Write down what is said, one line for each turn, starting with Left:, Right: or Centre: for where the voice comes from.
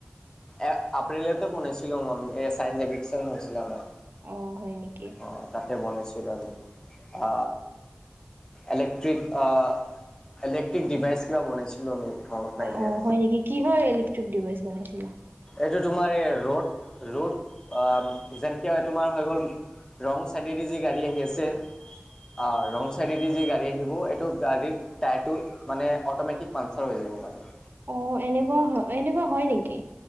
Left: এ আপ্ৰিলতে বনাছিলো আমি। এ চাইন্স এভিকচন হৈছিলে আমাৰ।
Right: অ হয় নেকি
Left: অ, তাতে বনাছিলো আমি। অ, ইলেক্ট্ৰিক, অ, ইলেক্ট্ৰিক ডিভাইচ। সেইবিলাক বনাইছিলোঁ আমি। মনত নাই এতিয়া
Right: অ, হয় নেকি, কিহৰ ইলেক্ট্ৰিক ডিভাইচ বনাইছিলা?
Left: এইটো তোমাৰ এই ৰ'দ-ৰ'দ। অ, যেনেকে তোমাৰ হৈ গ'ল, ৰং চাইডে দি যি গাড়ী আহি আছে। অ, ৰং চাইড দি যি গাড়ী এ সেইবোৰ এইটো গাড়ীৰ টায়াৰ টো মানে অটমেটিক পামচাৰ হৈ যাব মানে।
Right: অ, এনেকুৱা হয়, এনেকুৱা হয় নেকি?